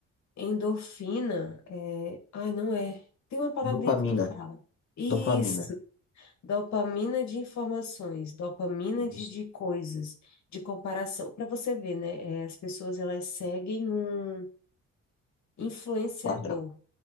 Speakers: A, on the left (about 65°); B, on the left (about 45°).
A: Endorfina, é, ai, não é. Tem uma palavrinha
B: Dopamina,
A: que tu fala. Isso,
B: dopamina,
A: dopamina de informações, dopamina de,
B: isso,
A: de coisas, de comparação. Para você ver, né? É, as pessoas elas seguem um influenciador.
B: padrão.